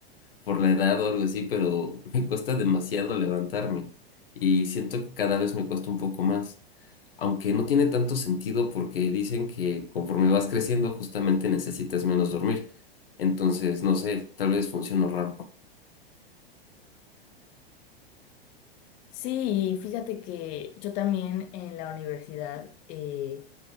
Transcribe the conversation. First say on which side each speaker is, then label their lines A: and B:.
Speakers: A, on the left (about 65°); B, on the left (about 20°).
A: por la edad o algo así, pero <laughs> me cuesta demasiado levantarme y siento que cada vez me cuesta un poco más, aunque no tiene tanto sentido porque dicen que conforme vas creciendo justamente necesitas menos dormir. Entonces, no sé, tal vez funciono raro.
B: Sí, y fíjate que yo también en la universidad eh,